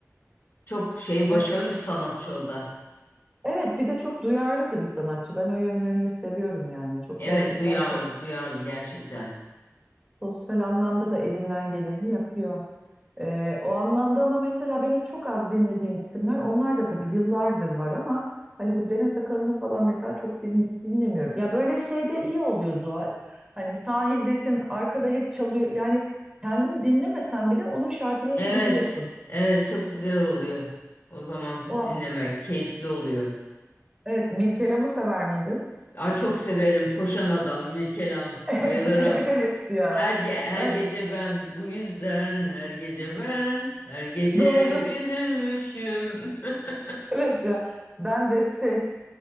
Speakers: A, on the left; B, on the right.
A: Çok şey başarılı
B: E,
A: bir sanatçı o da.
B: Evet, bir de çok duyarlı da bir sanatçı. Ben o yönlerini seviyorum yani. Çok
A: Evet
B: gerçekten
A: duyarlı
B: so-
A: duyarlı gerçekten.
B: sosyal anlamda da elinden geleni yapıyor. Ee, o anlamda ama mesela benim çok az dinlediğim isimler onlar da tabii yıllardır var ama hani bu Demet Akalın'ı falan mesela çok din- dinlemiyorum. Ya böyle şeyde iyi oluyor Zuhal. Hani sahildesin arkada hep çalıyor. Yani kendin dinlemesen bile onun şarkılarını
A: Evet
B: biliyorsun.
A: evet çok güzel oluyor. O zaman
B: O
A: dinlemek keyifli oluyor.
B: evet Mirkelam'ı sever miydin?
A: Ay çok severim koşan adam Mirkelam
B: <laughs>
A: bayılırım.
B: Evet, evet ya.
A: Her, ge- her
B: Ya
A: gece ben bu yüzden her gece ben her gece
B: doğru.
A: üzülmüşüm. <laughs>
B: Evet ya. Ben de şey